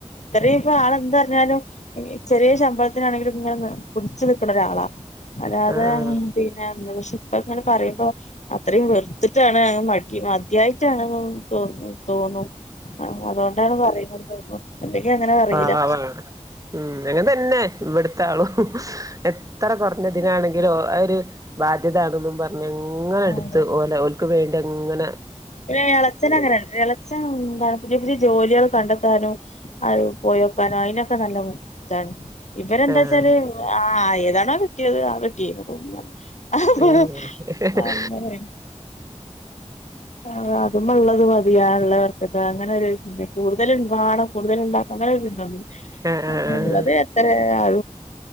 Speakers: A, on the left; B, on the right.
A: ചെറിയ ഇപ്പൊ ആൾ എന്ത പറഞ്ഞാലും ചെറിയ ശമ്പളത്തിനാണെങ്കിലും നിങ്ങെ പിടിച്ചു നിൽക്കണ ഒരാളാ അല്ലാതെ
B: ആഹ്
A: പിന്നെ ദേശ്യ ഇപ്പ ങ്ങനെ പറയുമ്പോ അത്രയും വെറുത്തിട്ടാണ് മ മദ്യായിട്ടാണ് തോന്നു തോന്നു ആഹ് അതുകൊണ്ടാണ് പറയുന്നതന്ന് തോന്നുന്നു അല്ലെങ്കി അങ്ങനെ പറയില്ല
B: ആ പാവാണ് അങ്ങനെ തന്നെ ഇവിടുത്തെ ആളും എത്ര കുറഞ്ഞ ദിനാണെ രോ അവര് ബാധ്യതാണെന്നും പറഞ്ഞ് ങ്ങനെ
A: ആഹ്
B: എടുത്ത് ഓലെ അവർക്ക് വേണ്ടി ങ്ങനെ
A: പിന്നെ എളച്ചൻ അങ്ങനല്ല എളച്ചൻ ന്താണ് പുതിയ പുതിയ ജോലികൾ കണ്ടെത്താനോ ആ പോയി നോക്കാനോ അതിനൊക്കെ നല്ല ഇതാണ് ഇവരെന്താ
B: ആഹ്
A: വെച്ചാല് ആ ന്താണോകട്ടിയത് ആ കിട്ട്യയ്മ തുങ്ങാണ് <unintelligible>
B: ഏഹ്
A: അങ്ങനെ അഹ് അതുമ ള്ളത് മതി ആള്ളവർക്ക്ത് ങ്ങനെ ഒരു ചിന്ത കൂടുതല് വാണം കൂടുതല് ഉണ്ടാക്കണം അങ്ങനെ ഒരു
B: ആഹ് ആഹ്
A: അ ഉള്ളത് എത്ര ആ